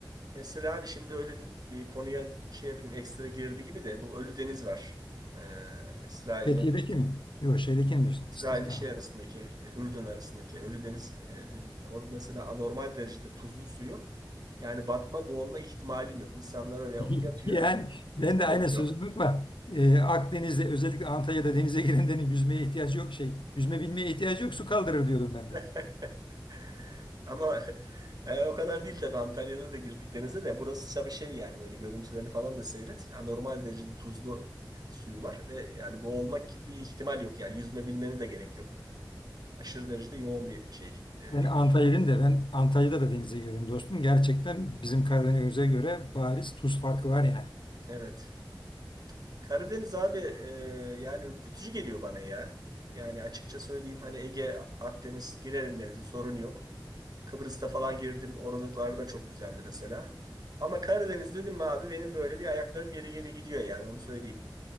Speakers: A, on the right (about 55°); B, on the left (about 85°).
A: Mesela abi şimdi öyle dedin. Bir konuya şey yapayım ekstra girdi gibi de bu Ölü Deniz var. Ee, İsrail'le
B: Fethiye'deki mi? Yok şeydeki mi diyorsun?
A: İsrail'le
B: İşte, tamam.
A: şey arasındaki e, Ürdün arasındaki Ölü Deniz e, dedin. Orada mesela anormal derecede tuzlu suyu yani batma boğulma ihtimalin yok. İnsanlar öyle
B: <laughs>
A: yatıyor
B: Yani ben
A: kitap
B: de aynı
A: okuyor.
B: sözü unutma. E, Akdeniz'de özellikle Antalya'da denize girenlerin yüzmeye ihtiyacı yok şey. Yüzme bilmeye ihtiyacı yok su kaldırır diyordum ben
A: <laughs>
B: de.
A: Ama e, o kadar değil tabii Antalya'da da girdik denize de burası tabii şey yani böyle görüntülerini falan da seyret. Anormal derecede tuzlu e, suyu var ve yani boğulmak gibi bir ihtimal yok yani yüzme bilmene de gerek yok. Aşırı derecede yoğun bir şey. Öyle.
B: Ben Antalya'dayım da ben Antalya'da da denize girdim dostum. Gerçekten bizim Karadeniz'e göre bariz tuz farkı var yani.
A: Evet. Karadeniz abi e, yani ürkütücü geliyor bana ya. Yani açıkça söyleyeyim hani Ege, Akdeniz girerim denize sorun yok. Kıbrıs'ta falan girdim. Oralar da çok güzeldi mesela. Ama Karadeniz dedim mi abi benim böyle bir ayaklarım geri geri gidiyor yani onu söyleyeyim.